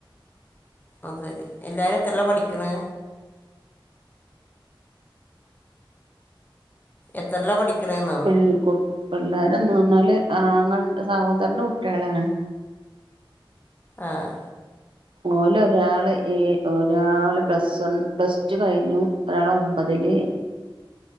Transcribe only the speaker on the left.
അത് സെരി എല്ലാരും എത്രലാ പഠിക്കണ്? എത്രല്ലാ പഠിക്കണന്ന്.
ആഹ്.